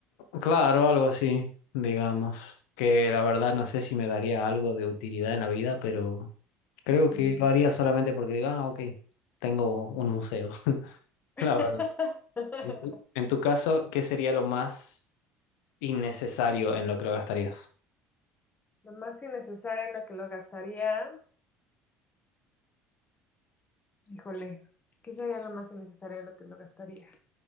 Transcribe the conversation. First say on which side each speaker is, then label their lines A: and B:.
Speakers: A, on the left; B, on the left.
A: Claro, algo así, digamos, que la verdad no sé si me daría algo de utilidad en la vida, pero creo
B: Mm.
A: que lo haría solamente porque digo, ah, ok, tengo un museo, <laughs>
B: <laughs>
A: la verdad. En tu, en tu caso, ¿qué sería lo más innecesario en lo que lo gastarías?
B: Lo más innecesario en lo que lo gastaría. Híjole, ¿qué sería lo más innecesario en lo que lo gastaría?